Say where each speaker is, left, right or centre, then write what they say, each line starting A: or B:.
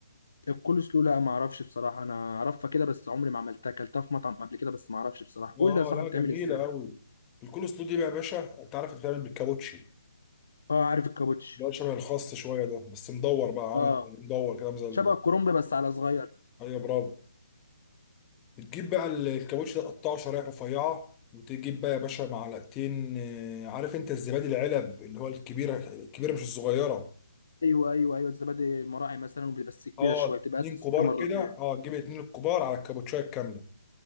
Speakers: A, on the left; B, on the left.
A: الكول سلو لا ما اعرفش بصراحة انا اعرفها كده بس عمري ما عملتها اكلتها في مطعم قبل كده بس ما اعرفش بصراحة
B: اه
A: قول لي يا صاحبي
B: لا جميلة
A: بتعمل ازاي
B: أوي الكول سلو دي بقى يا باشا أنت عارف بتتعمل بالكابوتشي
A: اه عارف الكابوتش
B: ده شبه الخاص شوية ده بس مدور بقى عامل
A: اه
B: مدور كده زي ال-
A: شبه الكرنب بس على صغير
B: ايوه برافو بتجيب بقى ال- الكاوتش ده تقطعه شرايح رفيعة وتجيب بقى يا باشا معلقتين آه، عارف انت الزبادي العلب اللي هو الكبيرة الكبيرة مش الصغيرة
A: ايوه ايوه ايوه الزبادي المراعي مثلا بس كبيرة
B: اه
A: شوية
B: اتنين
A: تبقى قد الصغيرة
B: كبار
A: مرتين
B: كده اه تجيب اتنين الكبار على الكابوتشاية الكاملة